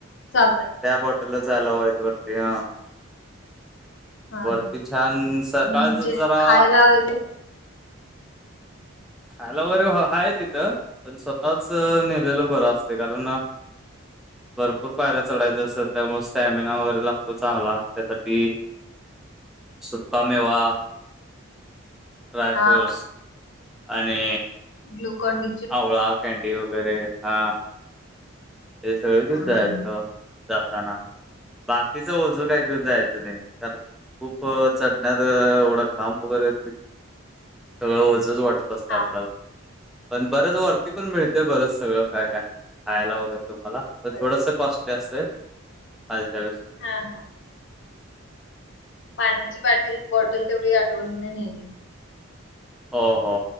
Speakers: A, on the left; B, in the centre.
A: चालतय.
B: त्या बॉटलच अलाऊ आहेत वरती अ.
A: हा
B: वरती
A: हा
B: छान सकाळच
A: आणि जे
B: जरा.
A: <unintelligible>
B: खायला वगैरे हाय तिथं पण स्वतःच नेलेलं बरं असते कारण. भरपूर पायऱ्या चढायच्या असतात त्यामुळे स्टॅमिना वगैरे लागतो चांगला त्यासाठी. सुका मेवा ड्रय
A: हा
B: फ्रूट्स. आणि
A: ग्लूकॉनडी
B: आवळा कँडी वगैरे अ. हे सगळं घेऊन
A: हा
B: जायचं
A: हा
B: जाताना. बाकीच ओझ काय घेऊन जायचं नाही कारण. खूप चढण्यात एवढा खांब वगैरे येत की सगळं वजच वाटत
A: हा
B: आपल्याला
A: हा हा हा.
B: पण बरेच वरती पण मिळते बरंच सगळं काय काय खायला वगैरे तुम्हाला तर
A: होय
B: थोडस
A: काय
B: कॉस्टली असतंय कालच्यापेक्षा
A: हा हा पाण्याची बाटली बॉटल तेवढी आठवणीने नेणे.
B: हो हो